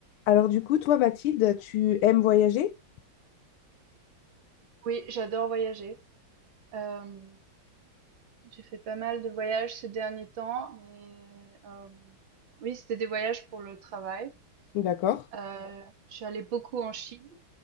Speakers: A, on the left (about 85°); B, on the right (about 65°).
A: Alors du coup, toi, Mathilde, tu aimes voyager?
B: Oui, j'adore voyager. Hem, j'ai fait pas mal de voyages ces derniers temps, mais hem, oui, c'était des voyages pour le travail.
A: D'accord.
B: Heu, je suis allée beaucoup en Chine